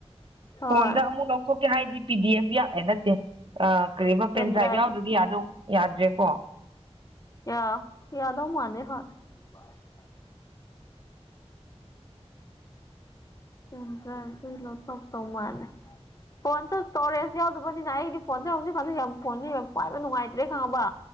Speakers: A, on the left; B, on the right.
A: ꯍꯣꯏ
B: ꯐꯣꯟꯗ ꯑꯃꯨꯛ ꯂꯧꯊꯣꯛꯀꯦ ꯍꯥꯏꯗꯤ ꯄꯤ ꯗꯤ ꯑꯦꯐ ꯌꯥꯛ ꯑꯦ ꯅꯠꯇꯦ ꯑꯥ ꯀꯔꯤꯕ
A: ꯄꯦꯟꯗ꯭ꯔꯥꯏꯚ
B: ꯄꯦꯟꯗ꯭ꯔꯥꯏꯠ ꯌꯥꯎꯗꯗꯤ ꯌꯥꯗꯧ ꯌꯥꯗ꯭ꯔꯦꯀꯣ
A: ꯌꯥ ꯌꯥꯗꯧ ꯃꯟꯗꯦ ꯍꯣꯏ <inaudible> ꯐꯣꯟ ꯆꯥꯔꯆꯇꯩ ꯂꯧꯊꯣꯛꯇꯧ ꯃꯥꯜꯂꯦ ꯐꯣꯟꯁꯨ ꯁ꯭ꯇꯣꯔꯦꯖ ꯌꯥꯎꯗꯕꯅꯤꯅ ꯑꯩꯗꯤ ꯐꯣꯟꯁꯦ ꯍꯧꯖꯤꯛꯀꯥꯟꯖꯤ ꯌꯥꯝ ꯐꯣꯟꯖꯤ ꯌꯥꯝ ꯄꯥꯏꯕ ꯅꯨꯡꯉꯥꯏꯇ꯭ꯔꯦ ꯈꯪꯉꯕ